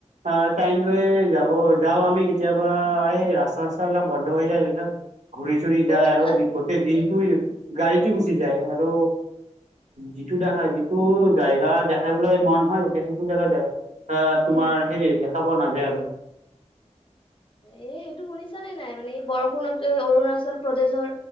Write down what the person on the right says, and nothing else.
অ টাইম লৈ যাব যাওঁ আমি কেতিয়াবা এই ৰাস্তা চাস্তাবিলাক বন্ধ হৈ যায় ঘূৰি চুৰি
যায় আৰু
গোটেই দিনটো
গাড়ীতে গুচি যায় আৰু যিটো দেখা টো জেগা দেখাবলৈ মন হয় যে সেইটো জেগা য এ তোমাৰ
হেৰি দেখা পোৱা নাযায় নাযায় আৰু